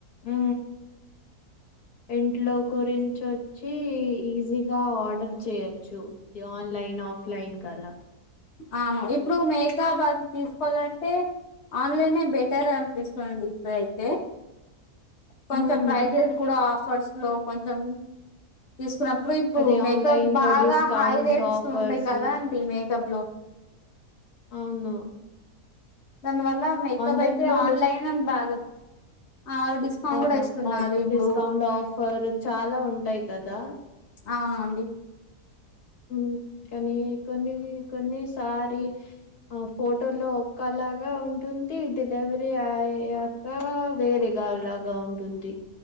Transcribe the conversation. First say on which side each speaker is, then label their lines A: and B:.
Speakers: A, on the left; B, on the left.
A: ఊ ఇంట్లో గురించి వచ్చీ ఈజీగా ఆర్డర్ చేయొచ్చు అది ఆన్లైన్. నా ఆఫ్లైన్ కాదురా
B: అవును ఇప్పుడూ మేకప్ అది తీసుకోవాలంటే ఆన్లైనే బెటర్ అనిపిస్తుంది ఇప్పుడయితే. కొంచెం
A: హ్మ్.
B: ప్రైజెస్ కూడా ఆఫర్స్ లో కొంచెం తీస్ అప్పుడు ఇప్పుడు
A: అది
B: మేకప్
A: ఆన్‌లైన్‌లో
B: బాగా
A: డిస్కౌంట్స్,
B: హై రేట్స్ ఇస్తూ
A: ఆఫర్స్
B: ఉంటాయి కదా ఆంటీ మేక్ తబ్లో
A: అవును
B: దానివల్లా మేకప్
A: ఆన్‌లైన్‌లో
B: అయితే ఆన్లైనే బాగా ఆ వాళ్ళు డిస్కౌంట్
A: అవునా
B: కూడా ఇస్తున్నారు
A: అవున్
B: ఇప్పుడు
A: డిస్కౌంట్ ఆఫర్ చాలా ఉంటాయి కదా.
B: అవునా అండి
A: ఊ కానీ కొన్నీ కొన్ని సారి ఆ ఫోటోలో కలర్ లాగా ఉంటుంది డెలివరీ అయ్యాకా వేరేగా లాగా ఉంటుంది.